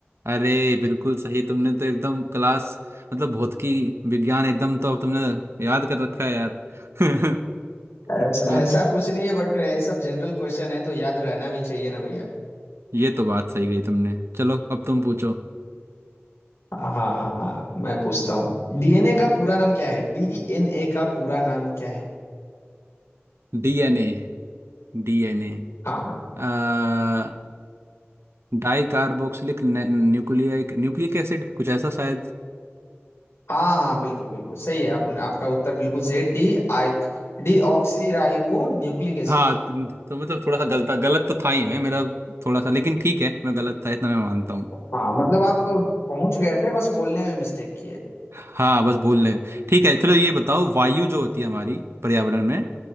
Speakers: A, on the right; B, on the left.
A: अरे बिल्कुल सही तुमने तो एकदम क्लास मतलब भौतिकी विज्ञान एकदम तो अब तुमने याद कर रखा है यार <laughs>
B: ऐसा
A: बिल्कुल
B: ऐसा कुछ नहीं है बट ये सब जनरल क्वेश्चन है तो याद रहना भी चाहिए ना भैया
A: ये तो बात सही गई तुमने चलो अब तुम पूछो
B: हाँ हाँ हाँ, मैं पूछता हूँ डीएनए का पूरा नाम क्या है डीएनए का पूरा नाम क्या
A: डीएनए डीएनए
B: है
A: आ di carboxylic nucleic nucleic acid कुछ ऐसा शायद
B: हाँ हाँ बिल्कुल बिल्कुल सही है आपने आपका उत्तर बिल्कुल सही है D आई डी oxy ribo nucleic
A: हाँ
B: acid
A: तो मतलब थोड़ा सा गलता गलत तो था ही मैं मेरा थोड़ा सा लेकिन ठीक है मैं गलत था इतना मैं मानता
B: हाँ मतलब आप पहुंच गए थे बस बोलने में मिस्टेक की है
A: हाँ बस बोल ले ठीक है चलो ये बताओ वायु जो होती है हमारी पर्यावरण में